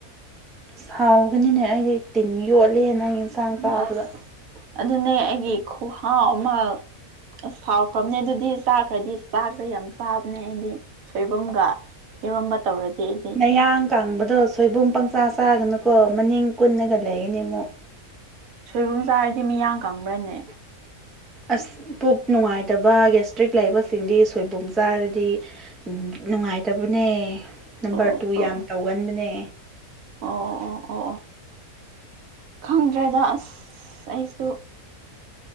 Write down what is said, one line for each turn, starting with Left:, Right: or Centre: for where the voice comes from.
Centre: ꯁꯥꯎꯒꯅꯤꯅꯦ ꯑꯩꯗꯤ ꯇꯤꯟ ꯌꯣꯠꯂꯦ ꯅꯪ ꯌꯦꯟꯁꯥꯡ ꯇꯥꯕꯗ
Right: ꯑꯁ ꯑꯗꯨꯅꯦ ꯑꯩꯒꯤ ꯈꯨꯍꯥꯎ ꯑꯃ ꯑꯁ ꯁꯥꯎꯈ꯭ꯔꯕꯅꯦ ꯑꯗꯨꯗꯤ ꯆꯥꯈ꯭ꯔꯗꯤ ꯆꯥꯛꯁꯦ ꯌꯥꯝ ꯆꯥꯕꯅꯦ ꯍꯥꯏꯗꯤ ꯁꯣꯏꯕꯨꯝꯒ ꯏꯔꯣꯝꯕ ꯇꯧꯔꯗꯤ ꯑꯩꯗꯤ
Centre: ꯃꯌꯥꯡ ꯀꯥꯡꯕꯗꯣ ꯁꯣꯏꯕꯨꯝ ꯄꯪꯆꯥ ꯆꯥꯒꯅꯨꯀꯣ ꯃꯅꯤꯡ ꯀꯨꯟꯅꯒ ꯂꯩꯒꯅꯤ ꯑꯃꯨꯛ
Right: ꯁꯣꯏꯕꯨꯝ ꯆꯥꯔꯗꯤ ꯃꯤꯌꯥ ꯀꯪꯕ꯭ꯔꯅꯦ
Centre: ꯑꯁ ꯄꯨꯛ ꯅꯨꯡꯉꯥꯏꯇꯕ ꯒꯦꯁꯇ꯭ꯔꯤꯛ ꯂꯩꯕꯁꯤꯡꯗꯤ ꯁꯣꯏꯕꯨꯝ ꯆꯥꯔꯗꯤ ꯅꯨꯡꯉꯥꯏꯇꯕꯅꯦ ꯅꯝꯕꯔ
Right: ꯑꯣ
Centre: ꯇꯨ
Right: ꯑꯣ
Centre: ꯌꯥꯝ ꯇꯧꯒꯟꯕꯅꯦ
Right: ꯑꯣ ꯑꯣ ꯑꯣ ꯑꯣ ꯈꯪꯗ꯭ꯔꯦꯗ ꯑꯁ ꯑꯩꯁꯨ